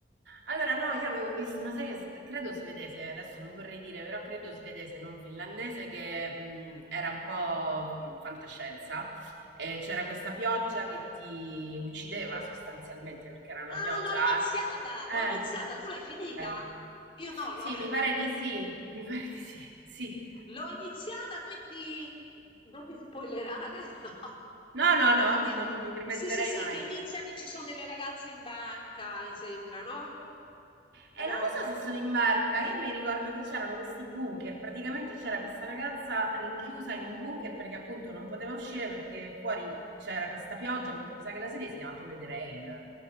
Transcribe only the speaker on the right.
Allora, no, io avevo visto una serie, s- credo svedese, adesso non vorrei dire, però credo svedese, non finlandese, che mh, era un po' mh, fantascienza. E c'era questa pioggia che ti uccideva sostanzialmente perché era una
pioggia
acida. Eh,
ok.
Sì,
mi pare di sì, <laughs> mi pare di sì, sì.
No, no,
no,
non non mi permetterei
mai.
E
non lo so se sono in barca, io mi ricordo che c'erano questi bunker, praticamente c'era questa ragazza rinchiusa in un bunker perché appunto non poteva uscire perché fuori c'era questa pioggia, mi sa che la serie si chiama proprio The Rain,